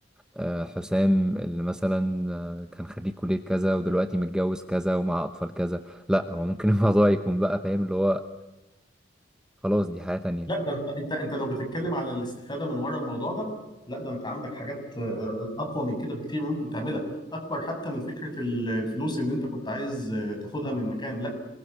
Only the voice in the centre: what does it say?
آه، حسام اللي مثلا آه، كان خريج كلية كذا ودلوقتي متجوز كذا ومع اطفال كذا لا هو ممكن <laughs> الموضوع يكون بقى فاهم اللي هو خلاص دي حياة تانية